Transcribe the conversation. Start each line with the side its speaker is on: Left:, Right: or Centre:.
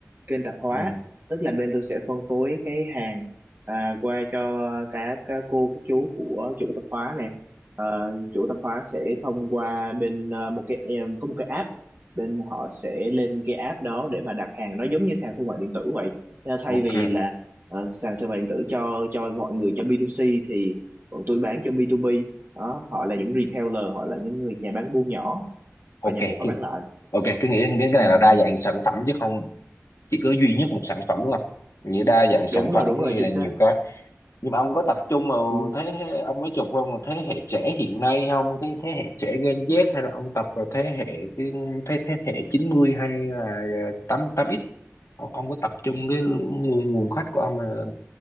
Right: Kênh tạp hóa,
Left: Ừ,
Right: tức là bên tôi sẽ phân phối cái hàng à, qua cho các, các cô, các chú của chủ tạp hóa này. Ờ, chủ tạp hóa sẽ thông qua bên à, một cái em có một cái app, bên họ sẽ lên cái app đó để mà đặt hàng. Nó giống như sàn thương mại điện tử vậy. Nha, Thay
Left: ok.
Right: vì là ờ, sàn thương mại điện tử cho cho mọi người cho B2C thì bọn tôi bán cho B2B đó họ là những retailer họ là những người nhà bán buôn nhỏ
Left: Ok,
Right: họ nhập
Left: cái-
Right: về họ bán lại
Left: ok, cứ nghĩ đến cái cái
Right: ừ.
Left: này là đa
Right: ừ.
Left: dạng sản phẩm chứ không chỉ có duy nhất một sản phẩm đúng không nghĩa đa dạng sản
Right: đúng rồi
Left: phẩm
Right: đúng rồi
Left: nghĩa
Right: chính
Left: là
Right: xác
Left: nhiều cái nhưng mà ông có tập trung vào
Right: ừ.
Left: thế hệ ông mới chụp vào một thế hệ trẻ hiện nay không thế thế hệ trẻ Gen Z hay là ông tập vào thế hệ cái thế thế hệ 90 hay là ờ, tám tám x ông, ông có tập trung cái nguồn,
Right: Ừ.
Left: nguồn khách của ông là